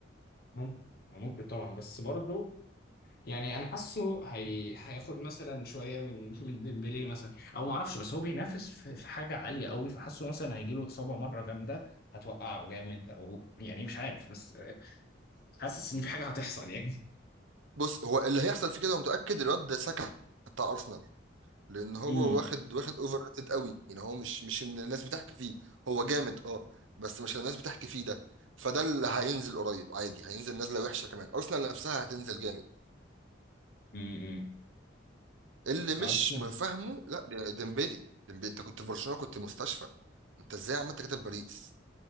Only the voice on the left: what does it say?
ممكن ممكن طبعا بس برضه يعني انا حاسه هي... هياخد مثلا شويه من من ديمبلي مثلا او ما اعرفش بس هو بينافس في... في حاجه عاليه قوي فحاسه مثلا هيجي له اصابه مره جامده هتوقعه جامد او يعني مش عارف بس حاسس ان في حاجه هتحصل يعني
امم
امم
ارسنال